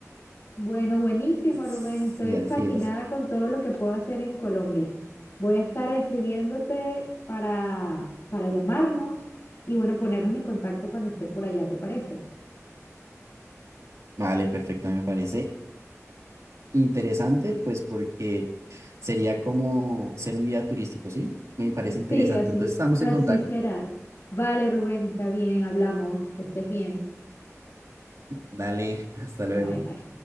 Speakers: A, on the left; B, on the right.
A: Bueno, buenísimo,
B: Sí,
A: Rubén. Estoy
B: así
A: fascinada
B: es.
A: con todo lo que puedo hacer en Colombia. Voy a estar escribiéndote para, para llamarnos y bueno, ponernos en contacto cuando esté por allá, ¿te parece?
B: Vale, perfecto, me parece interesante, pues porque sería como ser un guía turístico, ¿sí? Me parece interesante.
A: Sí, así,
B: Entonces estamos
A: así
B: en contacto.
A: serás. Vale, Rubén, está bien, hablamos, que estés bien.
B: Dale, <laughs> hasta luego.
A: Bye, bye.